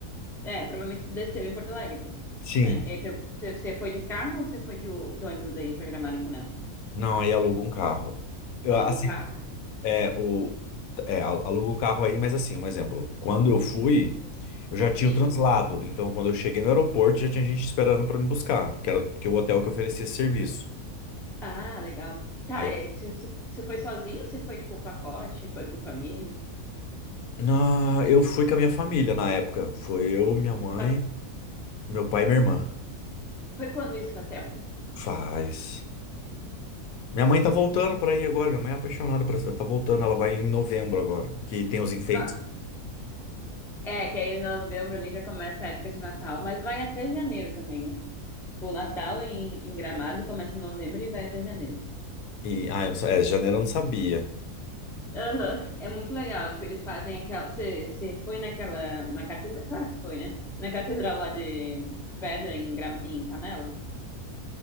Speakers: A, in the centre; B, on the left.
A: É, provavelmente tu desceu em Porto Alegre,
B: Sim.
A: né? E aí, pegou- você você foi de carro ou você foi de, ô- de ônibus daí pra Gramado e Canela?
B: Não, aí aluga um carro. Eu,
A: Alugou
B: assim,
A: um carro? Tá.
B: é, o, é, al- aluga o carro aí, mas assim, um exemplo. Quando eu fui, eu já tinha
A: Sim.
B: o translado. Então, quando eu cheguei no aeroporto, já tinha gente esperando pra me buscar, que era que o hotel que oferecia esse serviço.
A: Ah, legal. Tá,
B: Aí,
A: é, tu- tu- você foi sozinho? Você foi, tipo, o pacote? Foi com família?
B: na, eu fui com a minha família na época. Foi eu, minha mãe,
A: Faz-
B: meu pai e minha irmã.
A: foi quando isso? Faz tempo?
B: Faz. Minha mãe tá voltando pra aí agora. Minha mãe é apaixonada por essa cidade. Tá voltando, ela vai em novembro agora. Que tem os enfeites.
A: Não. É, que aí em novembro ali já começa a época de Natal, mas vai até janeiro também, né? Tipo, o Natal em, em Gramado começa em novembro e vai até janeiro.
B: E, ah, eu não, sa- é, janeiro eu não sabia.
A: Aham, É muito legal. Tipo, eles fazem aquela. Você você foi naquela. Na catedral. Claro que foi, né? Na catedral lá de, de Pedra, em, Gra- em Canela. Não